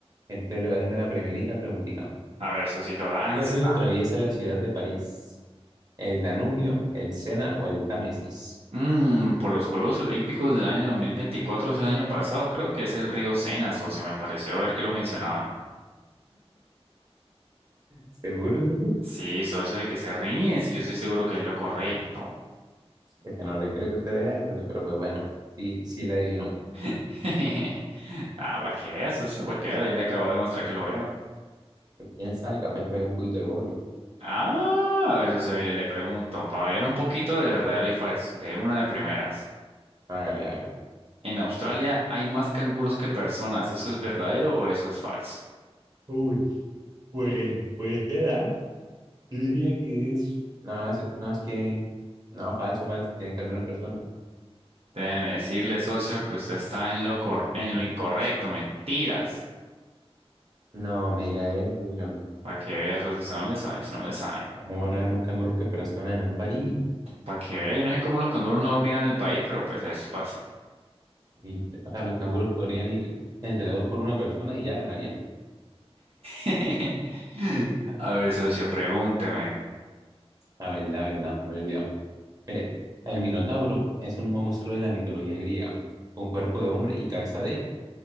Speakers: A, on the right; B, on the right.
A: Entonces le voy haciendo la primerita preguntita.
B: A ver, socito, láncela.
A: ¿Qué río atraviesa la ciudad de París? ¿El Danubio, el Sena o el Támesis?
B: Mm, por los Juegos Olímpicos del año 2024, o sea, el año pasado, creo que es el río Sena, socio. Me pareció ver que lo mencionaban.
A: ¿Seguro, socio?
B: Sí, socio, de que se ríen, si yo estoy seguro que es lo correcto.
A: Es que no le creo que usted vea eso, socio, pero pues bueno, sí, sí le adivinó.
B: <laughs> Ah, para que vea, socio, para que vea. Ahí le acabo de mostrar que lo veo.
A: Pues, quién sabe, capaz fue un poquito de vole.
B: Ah, a ver, socio, mire, le pregunto, para variar un poquito de verdadero y falso, de una de primeras.
A: Hágale, hágale.
B: En Australia hay más canguros que personas. ¿Eso es verdadero o eso es falso?
A: Uy, pues puede ser, ¿ah? Yo diría que es, No, es, no, es que, no, falso, falso, tienen que haber menos personas.
B: Déjeme decirle, socio, que usted está en lo cor- en lo incorrecto. Mentiras.
A: No, me diga eso, John.
B: Para que vea, socio, usted no le sabe, usted no le sabe.
A: ¿Cómo van a haber más canguros que personas en un país?
B: Para que vea, yo no sé cómo los canguros no miran el país, pero pues eso pasa.
A: Y, o sea, los canguros podrían ir entre dos por una persona y ya ganarían.
B: <laughs> A ver, socio, pregúnteme.
A: La verdad, verdad, me he olvidado. Mire, el Minotauro es un monstruo de la mitología griega, con cuerpo de hombre y cabeza de...